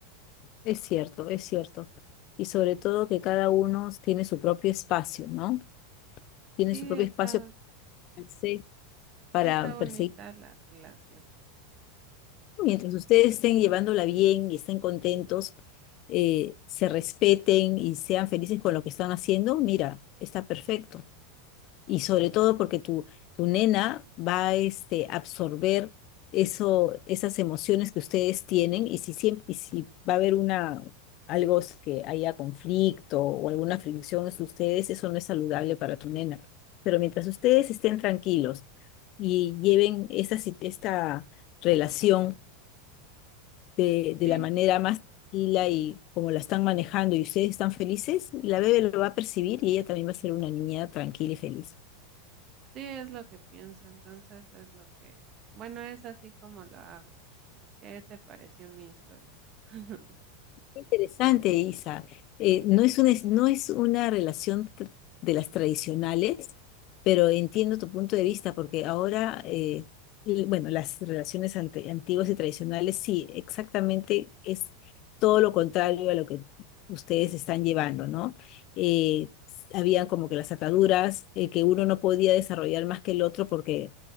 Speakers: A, on the left; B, on the right.
A: Es cierto, es cierto. Y sobre todo que cada uno tiene su propio espacio, ¿no? Tiene
B: Sí,
A: su propio
B: está,
A: espacio para hacer- para
B: está bonita
A: perseguir.
B: la relación.
A: Mientras ustedes estén llevándola bien y estén contentos, eh, se respeten y sean felices con lo que están haciendo, mira, está perfecto. Y sobre todo porque tu, tu nena va a este, absorber eso, esas emociones que ustedes tienen y si, siempre, y si va a haber una, algo s- que haya conflicto o alguna fricción entre ustedes, eso no es saludable para tu nena. Pero mientras ustedes estén tranquilos y lleven esa, si- esta relación de, de
B: Sí,
A: la manera más tranquila y como la están manejando y ustedes están felices, la bebé lo va a percibir y ella también va a ser una niña tranquila y feliz.
B: sí es lo que pienso, entonces es lo que, bueno, es así como lo hago. ¿Qué te pareció mi historia? <laughs>
A: Interesante, Isa. Eh, no es una, no es una relación tr- de las tradicionales, pero entiendo tu punto de vista, porque ahora, eh, l- bueno, las relaciones ante- antiguas y tradicionales, sí, exactamente es todo lo contrario a lo que ustedes están llevando, ¿no? Eh, habían como que las ataduras, eh, que uno no podía desarrollar más que el otro porque